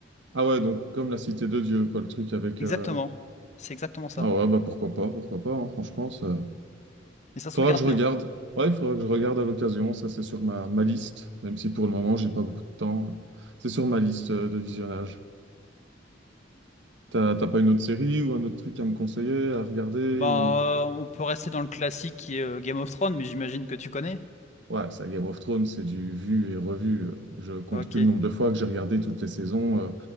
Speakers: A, on the right; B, on the left.
A: Ah ouais, donc comme La Cité de Dieu, quoi, le truc avec.
B: Exactement.
A: euh,
B: C'est exactement ça.
A: Ah ouais, bah pourquoi pas, pourquoi pas, hein, franchement, ça...
B: Et ça se
A: faudra
B: regarde
A: que je regarde.
B: bien.
A: Ouais, il faudra que je regarde à l'occasion, ça c'est sur ma, ma liste, même si pour le moment j'ai pas beaucoup de temps. C'est sur ma liste euh, de visionnage. T'as t'as pas une autre série ou un autre truc à me conseiller, à regarder
B: Ben,
A: ou.
B: euh, on peut rester dans le classique qui est euh, Game of Thrones, mais j'imagine que tu connais.
A: Ouais, ça Game of Thrones, c'est du vu et revu. Euh, Je compte
B: Ok,
A: plus le nombre de fois que j'ai regardé toutes les saisons. Euh,